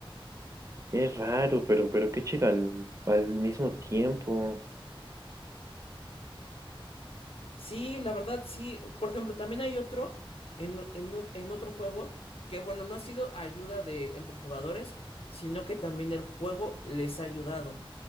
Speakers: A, on the right (about 35°); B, on the left (about 80°).
A: Es raro, pero, pero qué chido al, al mismo tiempo.
B: Sí, la verdad, sí. Por ejemplo, también hay otro en, en o- en otro juego que, bueno, no ha sido ayuda de entre jugadores, sino que también el juego les ha ayudado.